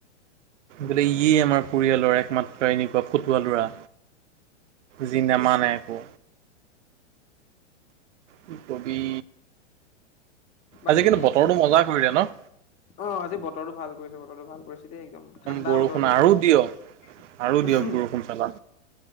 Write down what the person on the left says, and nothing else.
বাকী
অ' আজি বতৰটো ভাল কৰিছে, বতৰটো ভাল কৰিছে। দেই একদম ঠাণ্ডা
বতৰ কৰিছে।